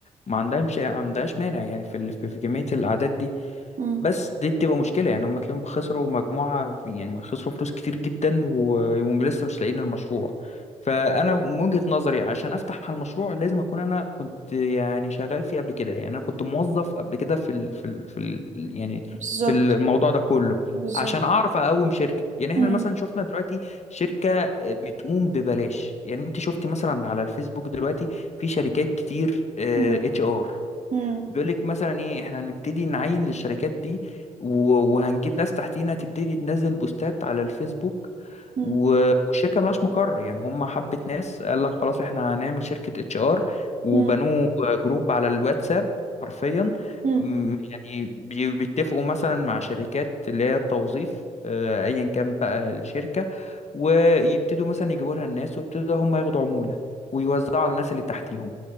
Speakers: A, on the left; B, on the right.
A: ما عندهاش ما عندهاش مانع يعني في ال- في في كميه الاعداد دي
B: مم.
A: بس دي بتبقى مشكلة يعني هم تلاقيهم خسروا مجموعة يعني خسروا فلوس كتير جدا و- ولسه مش لاقيين المشروع فأنا من وجهة نظري عشان أفتح المشروع لازم أكون أنا كنت يعني شغال فيه قبل كده يعني أنا كنت موظف قبل كده في ال في ال في ال يعني
B: بالظبط
A: في الموضوع ده كله
B: بالظبط
A: عشان أعرف أقوم شركة يعني إحنا
B: مم.
A: مثلا شفنا دلوقتي شركة بتقوم ببلاش يعني أنت شفت مثلا على الفيسبوك دلوقتي في شركات كتير
B: مم.
A: اتش ار
B: مم.
A: بيقول لك مثلا ايه احنا هنبتدي نعين للشركات دي و- وهنجيب ناس تحتينا تبتدي تنزل بوستات على الفيسبوك
B: مم.
A: و- والشركه ملهاش مقر يعني هم حبه ناس قال لك خلاص احنا هنعمل شركه اتش ار وبنوه
B: مم.
A: جروب على الواتساب حرفيا
B: مم.
A: م، يعني بي- بيتفقوا مثلا مع شركات اللي هي التوظيف آه، ايا كان بقى الشركه ويبتدوا مثلا يجيبوا لها الناس ويبتدوا هم ياخدوا عموله ويوزعوا على الناس اللي تحتيهم